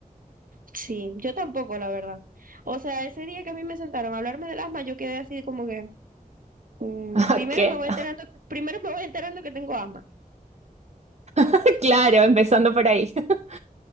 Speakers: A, on the right; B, on the right.
A: Sí, yo tampoco, la verdad. O sea, ese día que a mí me sentaron a hablarme del asma, yo quedé así como que, mm,
B: <laughs>
A: primero
B: ¿Qué?
A: me voy enterando, primero me voy enterando que tengo asma,
B: <laughs> Claro, empezando por ahí. <laughs>